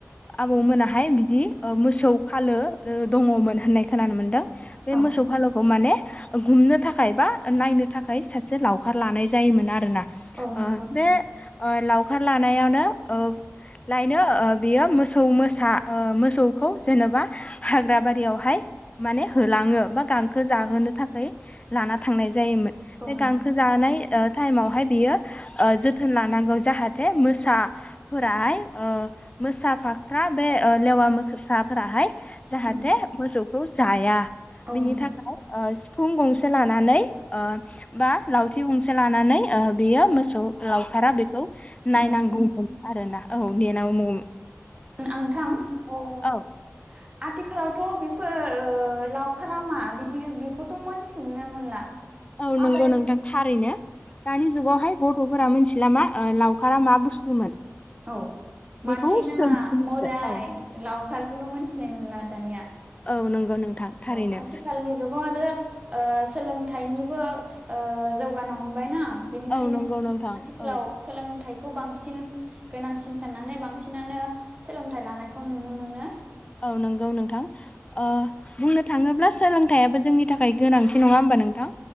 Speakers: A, on the left; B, on the right.
A: आबौमोनाहाय मोसौ फालो दङमोन होननाय खोनानो मोनदों बे
B: औ
A: मोसौ फालो खौ माने गुमनो थाखाय बा नायनो थाखाय सासे लावखार लानाय जायोमोन आरोना।
B: औ नंगौ। नोंथां
A: <inaudible> लावखार लानायावनो लायनो ओ बियो मोसौ ओ मोसा मोसौखौ जेन'बा हाग्रा बारियावहाय माने होलाङो बा गांखो जाहोनो
B: औ
A: थाखाय लाना थांनाय जायोमोन। बे
B: औ नोंथां
A: गांखो जाहोनाय टाइमावहाय बियो ओ जोथोन लानांगौ जाहाथे मोसाफोराहाय मोसाफाख्रा बे ओ लेवा मोसा फोराहाय जाहाथे
B: उम
A: मोसौखौ जाया
B: औ
A: बिनि
B: नोंथां
A: थाखाय ओ फुं गंसे लानानै ओ बा लावथि गंसे लानानै ओ बियो मोसौ लावखारा बेखौ नायनांगौमोन
B: नेयोमोन
A: आरो ना औ नेनांगौ
B: आंथां अ <unintelligible>
A: औ
B: आथिखालावथ' बिफोर ओ लावखारा मा बिदि बेखौथ' मोनथिनो मोनला।
A: औ
B: माबायदि
A: नंगौ नोंथां थारैनो दानि जुगावहाय गथ'फोरा मिथिला मा ओ लावखारा मा बुस्थुमोन
B: औ
A: बेखौ
B: मानसि नाङा
A: सोंफिनोसो
B: मोदाय
A: औ
B: लावखारखौनो मोनथिनाय मोनला दानिया
A: औ नंगौ नोंथां थारैनो
B: औ आथिखालनि जुगाव आरो ओ सोलोंथाइनिबो ओ जौगानो हमबाय ना। बेनिखायनो
A: औ नंगौ नोंथां
B: आथिखालाव
A: औ
B: सोलों थाइखौ बांसिन गोनांसिन साननानै बांसिनानो सोलोंथाइ लानायखौ नुनो मोनो।
A: औ नंगौ नोंथां ओ बुंनो थांङोब्ला सोलोंथाययाबो जोंनि थाखाय गोनांथि नंङा होमबा नोंथां?